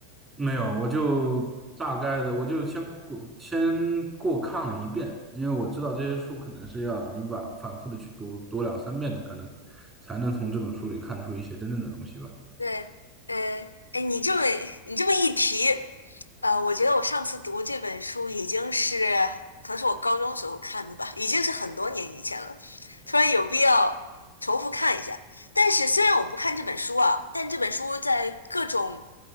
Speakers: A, on the right; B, on the left.
A: 没有，我就大概的，我就先过过先过看了一遍，因为我知道这些书可能是要你反反复的去读读两三遍，你可能才能从这本书里看出一些真正的东西吧。
B: 对，嗯，哎，你这么你这么一提，呃，我觉得我上次读这本书已经是可能是我高中时候看的吧，已经是很多年以前了，突然有必要重复看一下。但是虽然我不看这本书啊，但这本书在各种